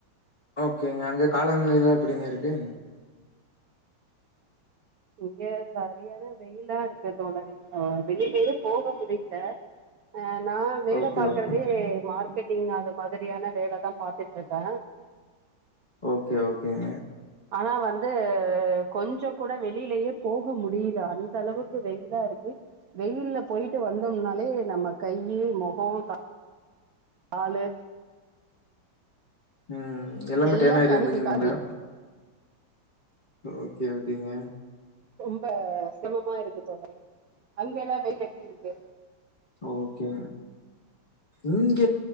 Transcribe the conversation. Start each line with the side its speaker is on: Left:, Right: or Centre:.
Left: ஓகேங்க அங்க காலநிலைலா எப்டிங்க இருக்கு
Right: இங்கெ சரியான வெயிலா இருக்கு தோழரே வெளிலையே போக முடிய்ல ஆ நா வேல
Left: ஓகே
Right: பாக்கறதே
Left: ஓகேங்க
Right: மார் க்கெட்டிங் அது மாதிரியான வேலதா பாத்துட்ருக்க
Left: ஓகே ஓகேங்க
Right: ஆனா வந்து கொஞ்சொ கூட வெளியிலயே போக முடிய்ல அந்த அளவுக்கு வெயிலா இருக் வெயில்ல போயிட்டு வந்தோம்னாலே நம்ம கையி மொகோ கா காலு
Left: ம் எல்லாமே
Right: எல்லா
Left: டேன் ஆயிருதுதுங்ளா
Right: தனி பிடிக்காது
Left: ஓகே ஓகேங்க
Right: ரொம்ப சிரமமா இருக்கு தோழர் அங்க எல்லா வெயில் எப்டி இருக்கு
Left: ஓகே இங்க